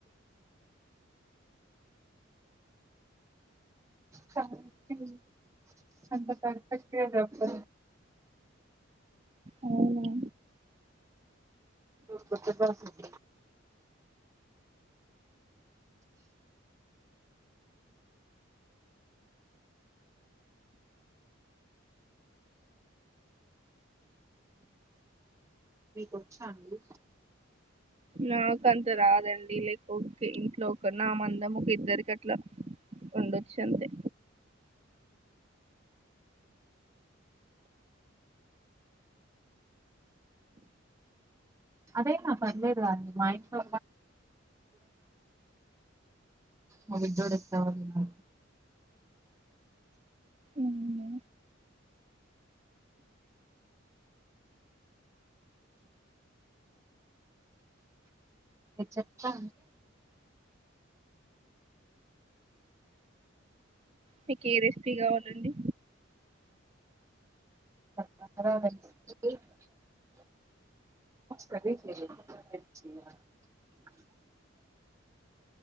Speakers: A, on the right; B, on the right.
A: స అంత చెతేనాప్పు
B: అవునా
A: కొత్త ప్రాసెస్ మీకు వచ్చాండి
B: నాక అంత రాదండి లేక్ ఒకే ఇంట్లో ఒక నా మందం ఒక ఇద్దరికి అట్లా ఉండొచ్చు అంతే
A: అదేనా పర్లేదు మా ఇంట్లో మ దూడస్త <inaudible>
B: అవునా,
A: చెప్తా
B: మీకు ఏ రెసిపీ కావాలండి
A: <inaudible> <unintelligible>